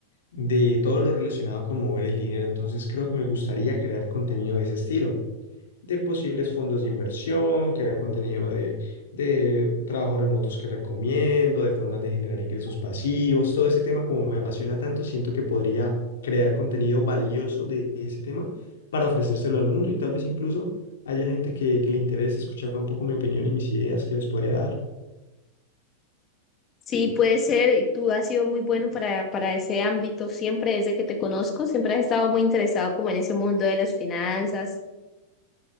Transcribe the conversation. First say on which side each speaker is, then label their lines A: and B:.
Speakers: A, on the left; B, on the left.
A: de todo lo relacionado con mover el dinero. Entonces creo que me gustaría crear contenido de ese estilo. de posibles fondos de inversión, que haga contenido de, de trabajos remotos que recomiendo, de formas de generar ingresos pasivos, todo ese tema como me apasiona tanto, siento que podría crear contenido valioso de ese tema para ofrecérselo al mundo y tal vez incluso haya gente que, que le interese escuchar un poco mi opinión y mis ideas que les podría dar.
B: Sí, puede ser, y tú has sido muy bueno para, para ese ámbito siempre desde que te conozco, siempre has estado muy interesado como en ese mundo de las finanzas.